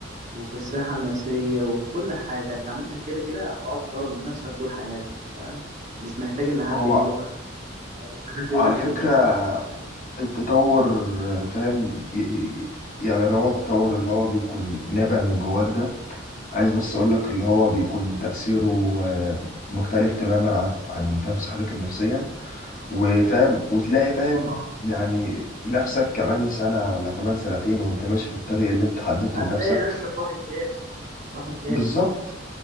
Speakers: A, on the right (about 40°); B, on the left (about 45°).
A: وفي الصحه النفسيه وكل حاجه انت عامه كده كده هتقعد تطور من نفسك طول حياتك فاهم مش محتاج ان حد
B: هو
A: يزقك او ان حد
B: على
A: يقول لك
B: فكره
A: اعمل كذا او كذا فاهم
B: التطور فاهم ي- ي- يعني اللي هو التطور اللي هو بيكون نابع من جواك ده عايز بس اقول لك اللي هو بيكون تاثيره آه، مختلف تماما عن عن فاهم صحتك النفسيه وفاهم وتلاقي فاهم
A: اه طبعا
B: يعني نفسك كمان سنة ولا كمان سنتين وانت ماشي في الطريق اللي انت حددته
A: هتلاقي
B: لنفسك
A: نفسك واحد تاني واحد تاني
B: بالظبط